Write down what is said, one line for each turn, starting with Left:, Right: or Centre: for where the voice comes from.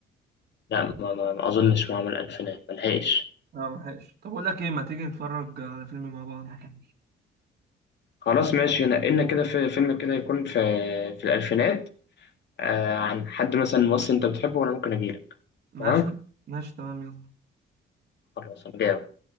Left: لا ما, ما, ما اظنش ما عمل الفينات ملحقش
Right: اه ملحقش طب اقول لك ايه ما تيجي نتفرج على فيلم مع بعض كده
Left: خلاص ماشي نقلنا كده في فيلم كده يكون في في الألفينات آه عن حد مثلا ممثل أنت بتحبه وأنا ممكن أجيلك
Right: ماشي
Left: تمام
Right: ماشي تمام يلا
Left: خلاص أنا جاي أهو.